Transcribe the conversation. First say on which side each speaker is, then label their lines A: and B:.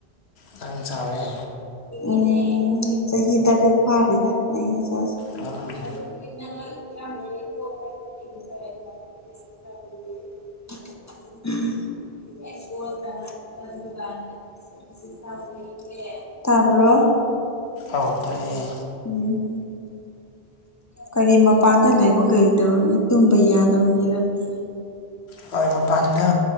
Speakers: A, on the left; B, on the left.
A: ꯉꯥꯡ ꯆꯥꯎꯔꯦ
B: ꯎꯝ ꯆꯍꯤ ꯇꯔꯦꯠ ꯐꯥꯗ꯭ꯔꯤꯗ ꯑꯩ ꯆꯥꯁꯩ
A: ꯑꯥ
B: <inaudible> <inaudible> <unintelligible> ꯇꯥꯝꯕ꯭ꯔꯣ
A: ꯑꯎ ꯇꯥꯏꯌꯦ
B: ꯎꯝ ꯀꯔꯤ ꯃꯄꯥꯟꯗ ꯂꯩꯕ ꯀꯔꯤꯗꯧꯔꯤꯒꯦ ꯇꯨꯝꯕ ꯌꯥꯗꯧꯒꯤꯦꯔꯝꯃꯤ
A: ꯍꯈꯣꯏ ꯃꯄꯥꯟꯗ